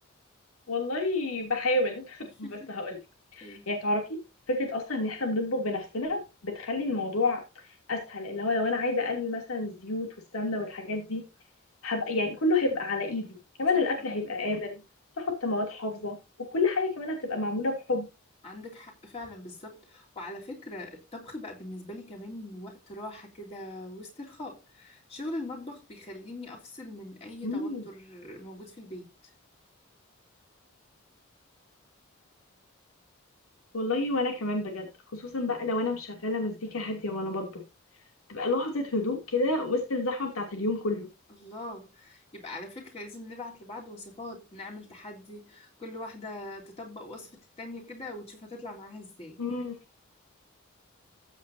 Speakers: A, on the left; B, on the left.
A: والله بحاول <laughs>
B: <laughs>
A: بس هقولك
B: ايه
A: يعني تعرفي فكره اصلا ان احنا بنطبخ بنفسنا بتخلي الموضوع اسهل اللي هو لو انا عايزه اقلل مثلا الزيوت والسمنه والحاجات دي هبقى يعني كله هيبقى على
B: صح
A: ايدي كمان
B: صح
A: الاكل
B: عندك
A: هيبقى
B: حق
A: امن تحط مواد حافظه وكل حاجه كمان هتبقى معموله بحب
B: عندك حق فعلا بالظبط وعلى فكرة الطبخ بقى بالنسبة لي كمان وقت راحة كده واسترخاء شغل المطبخ بيخليني أفصل من أي
A: مم.
B: توتر موجود في البيت
A: والله وانا كمان بجد خصوصا بقى لو انا مشغله مزيكا هاديه وانا بطبخ تبقى لحظه هدوء كده وسط الزحمه بتاعه اليوم كله
B: الله يبقى على فكرة لازم نبعت لبعض وصفات نعمل تحدي كل واحدة تطبق وصفة التانية كده وتشوف هتطلع معاها ازاي
A: مم.